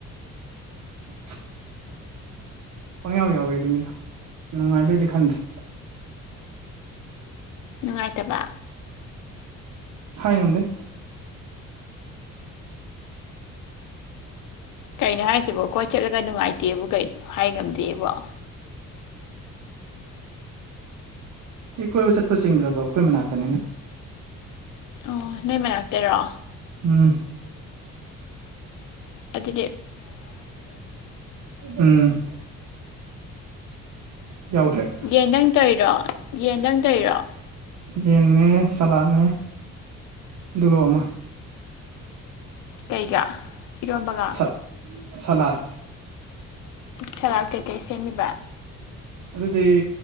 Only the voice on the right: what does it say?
<inaudible> ꯄꯪꯌꯥꯎ ꯌꯥꯎꯋꯦ ꯑꯗꯨꯅꯤꯗ ꯅꯨꯡꯉꯥꯏꯕꯩꯗꯤ ꯈꯟꯗ꯭ꯔꯦ
ꯊ ꯉꯗ
ꯁꯤ ꯀꯣꯏꯕ ꯆꯠꯄ ꯆꯤꯡꯗ꯭ꯔꯕꯣ ꯑꯩꯈꯣꯏ ꯃꯅꯥꯛꯇꯅꯤꯅ
ꯎꯝ
ꯎꯝ ꯌꯥꯎꯗ꯭ꯔꯦ
ꯌꯦꯟꯅꯦ ꯁꯥꯂꯠꯅꯦ ꯑꯗꯨꯒ ꯑꯃ
ꯁ ꯁꯂꯥꯠ
ꯑꯗꯨꯗꯤ